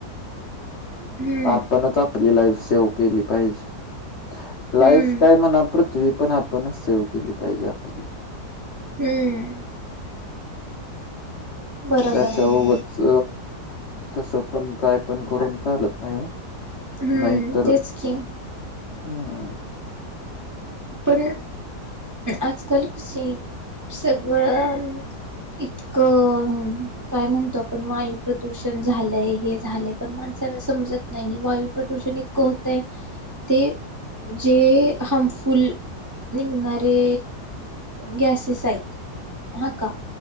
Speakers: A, on the right; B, on the left.
A: हम्म
B: आपणच आपली लाईफ सेव केली पाहिजे. लाईफ
A: हम्म
B: काय म्हणा पृथ्वी पण आपणच सेव केली पाहिजे आपली.
A: हम्म. बरोबर
B: त्याच्याोबतच
A: आहे
B: तस पण काय पण करून चालत नाही हो.
A: हम्म
B: नाहीतर
A: तेच की
B: हम्.
A: पण आजकाल कस सगळं इतकं काय म्हणतो आपण वायू प्रदूषण झालंय हे झालंय पण माणसाला समजत नाही वायू प्रदूषण इतकं होतंय ते जे हं म फुल निघणारे गॅसेस आहेत. हा का